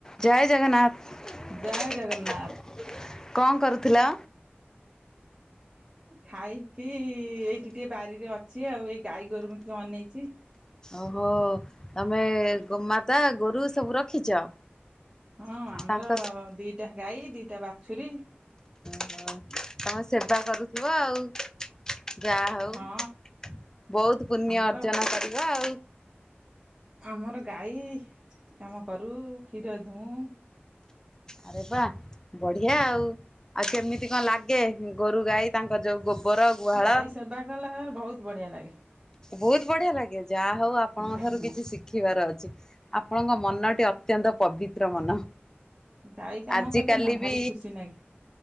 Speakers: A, on the left (about 15°); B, on the right (about 25°).
A: ଜୟ ଜଗନ୍ନାଥ।
B: ଜୟ ଜଗନ୍ନାଥ
A: କଣ କରୁଥିଲ?
B: ଖାଇକି ଏଇ ଟିକେ ବାରିରେ ଅଛି ଆଉ ଏଇ ଗାଈ ଗୋରୁଙ୍କୁ ଟିକେ ଅନେଇଛି।
A: ଓହୋ ତମେ ଗୋ ମାତା ଗୋରୁ ସବୁ ରଖିଛ।
B: ହଁ ଆମର
A: ତାଙ୍କ
B: ଦିଟା ଗାଈ ଦିଟା ବାଛୁରୀ।
A: ହଁ ତାଙ୍କ ସେବା କରୁଥିବ ଆଉ। ଯାହା ହଉ
B: ହଁ
A: ବହୁତ ପୁଣ୍ୟ
B: ଆମର
A: ଅର୍ଜନ କରିବ ଆଉ।
B: ଆମର ଗାଈ କାମ କରୁ କ୍ଷୀର ଦୁଉଁ।
A: ଆରେ ବା ବଢ଼ିଆ ଆଉ ଆଉ କେମିତି କଣ ଲାଗେ ଗୋରୁ ଗାଈ ତାଙ୍କ ଯେଉଁ ଗୋବର ଗୁହାଳ
B: ଗାଈ ସେବା କଲେ ବହୁତ ବଢିଆ ଲାଗେ
A: ବହୁତ ବଢ଼ିଆ ଲାଗେ ଯାହା ହଉ ଆପଣଙ୍କ
B: ହୁଁ
A: ଠାରୁ
B: ହୁଁ
A: କିଛି ଶିଖିବାର ଅଛି। ଆପଣଙ୍କ ମନଟି ଅତ୍ୟନ୍ତ ପବିତ୍ର ମନ।
B: ଗାଈ କାମ
A: ଆଜି
B: କଲେ
A: କାଲି
B: ନା ଭାରି
A: ବି
B: ଖୁସି ଲାଗେ